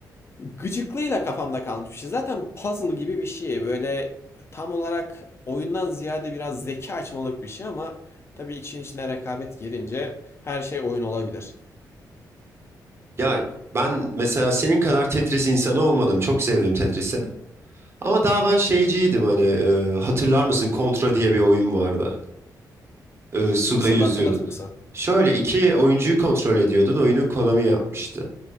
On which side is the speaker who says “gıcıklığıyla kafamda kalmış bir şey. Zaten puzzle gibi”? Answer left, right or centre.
Left